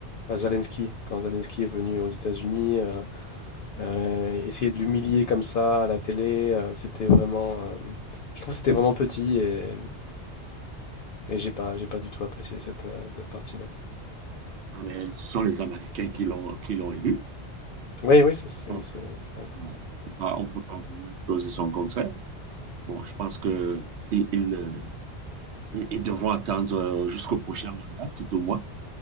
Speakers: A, on the left; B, on the right.
A: Zelensky. Quand Zelensky est venu aux États-Unis, euh, euh, essayer de l'humilier comme ça à la télé, euh, c'était vraiment, euh, je trouve que c'était vraiment petit et, et j'ai pas, j'ai pas du tout apprécié cette, euh, cette partie-là.
B: Ah, mais ce sont les Américains qui l'ont qui l'ont élu.
A: Oui, oui, c'est, c'est-
B: Bon,
A: c'est-
B: je pense que,
A: c'est vrai.
B: voilà, on peut pas on peut pas vouloir une chose et son contraire. Bon, je pense que ils, ils, euh, ils- ils devront attendre euh, jusqu'au prochain mandat, tout au moins,